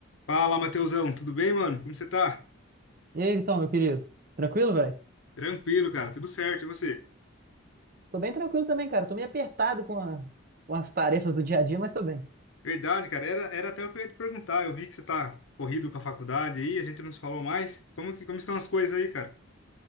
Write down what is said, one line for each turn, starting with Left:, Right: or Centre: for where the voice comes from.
Left: Fala, Matheusão, tudo bem, mano? Como você tá?
Right: E aí, Vitão, meu querido? Tranquilo, velho?
Left: Tranquilo, cara, tudo certo, e você?
Right: Tô bem tranquilo também, cara. Tô meio apertado com, a- com as tarefas do dia a dia, mas tô bem.
Left: Verdade, cara, era, era até o que eu ia te perguntar. Eu vi que você tá corrido com a faculdade aí, a gente não se falou mais. Como que, como estão as coisas aí, cara?